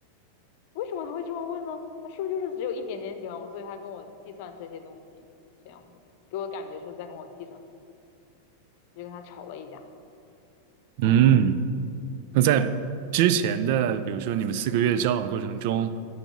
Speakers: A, on the left; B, on the right.
A: 为什么他会这么问呢？他是不是就是只有一点点喜欢我，所以他跟我计算这些东西，这样子给我感觉是在跟我计算，就跟他吵了一架。
B: 嗯。那在之前的，比如说你们四个月的交往过程中，